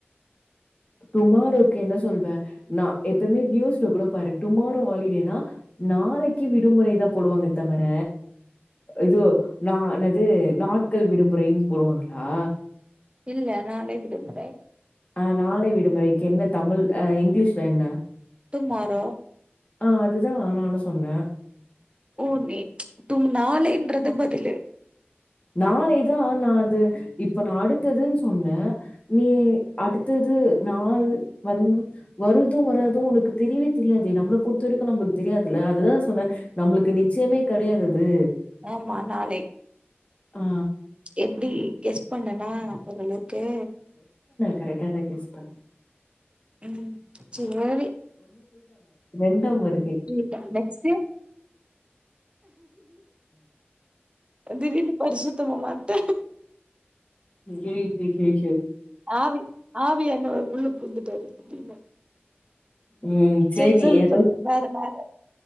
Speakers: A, on the left; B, on the right.
A: டுமாரோக்கு என்ன சொல்வே நா எப்பமே நியூஸ்ல கூட பாரு டுமாரோ ஹாலிடேனா நாளைக்கி விடுமுறை தா போடுவாங்க தவர இதோ நானது நாட்கள் விடுமுறைனு போடுவாங்களா
B: இல்ல நாளை விடுமுறை
A: ஆ நாளை விடுமுறைக்கு என்ன தமிழ் அ இங்கிலீஷ்ல என்ன
B: டுமாரோ
A: ஆ அதுதா நானு சொன்ன
B: ஓ நே தும் நாளைன்றது பதிலு
A: நாளைதா நா அது இப்ப நா அடுத்ததுன்னு சொன்னே நீ அடுத்தது வந்து நாள் வந் வருது வராது உனக்கு தெரியவே தெரியாதே நம்மள பொறுத்த வரைக்கு நம்மளுக்கு தெரி கிடயாதுல்ல அதுதா சொன்னே நம்மளுக்கு நிச்சயமே கிடையாதது
B: ஆமா நாளை
A: ஆ
B: எப்டி கெஸ் பண்ணேனா ஓரளவுக்கு
A: கரெக்டாதா கெஸ் பண்ணே
B: ம் சேரி
A: வெந்தமுரு
B: இல்ல நெக்ஸ்டு திடீர்னு பரிசுத்தமா மாறிட்டே
A: கெய் கெய் கெய் கெயோ
B: ஆவி ஆவி ஆனவர் உள்ள பூந்துட்டாரு திடீர்ன்னு
A: ம் சரி
B: செரி சொல்லு
A: ஏதோ
B: ப வேற வேற